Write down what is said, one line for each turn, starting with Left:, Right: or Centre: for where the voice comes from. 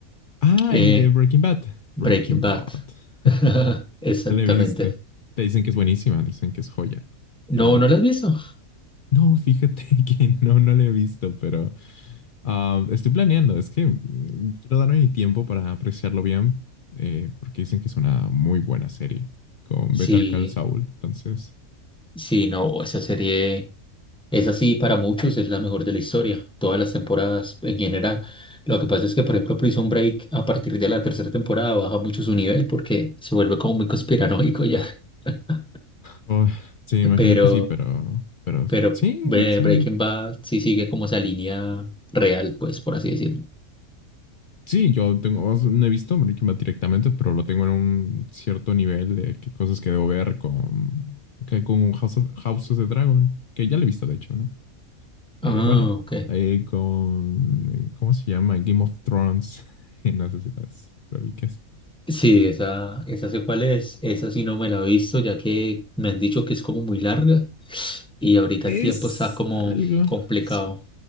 Left: Ah,
Centre: Eh,
Left: el de Breaking Bad.
Centre: Breaking
Left: Breaking
Centre: Bad.
Left: Bad. <laughs>
Centre: <laughs> Exactamente.
Left: No la he visto. Te dicen que es buenísima, dicen que es joya,
Centre: No,
Left: de lo mejor.
Centre: ¿no la has visto?
Left: No, fíjate <laughs> que no, no la he visto, pero ah, estoy planeando. Es que mm, quiero darme mi tiempo para apreciarlo bien, eh, porque dicen que es una muy buena serie con Better
Centre: Sí,
Left: Call Saul. Entonces.
Centre: sí, no, esa serie es así para muchos, es la mejor de la historia, todas las temporadas en general. Lo que pasa es que, por ejemplo, Prison Break a partir de la tercera temporada baja mucho su nivel porque se vuelve como muy conspiranoico ya. <laughs>
Left: Oh, sí, imagino
Centre: Pero,
Left: que sí, pero, pero
Centre: pero
Left: sí,
Centre: Bre-
Left: suena
Centre: Breaking
Left: bien.
Centre: Bad sí sigue como esa línea real, pues, por así decirlo.
Left: Sí, yo tengo, no he visto Breaking Bad directamente, pero lo tengo en un cierto nivel de qué cosas que debo ver con, que con House of, House of the Dragon, que ya lo he visto de hecho, ¿no? Eh,
Centre: Ah,
Left: bueno,
Centre: ok.
Left: eh, con, ¿cómo se llama? Game of Thrones. <laughs> No sé si las lo ubiques.
Centre: Sí, esa, esa sé cuál es. Esa sí no me la he visto, ya que me han dicho que es como muy larga y ahorita
Left: Es
Centre: el tiempo está como
Left: algo.
Centre: complicado.
Left: sí.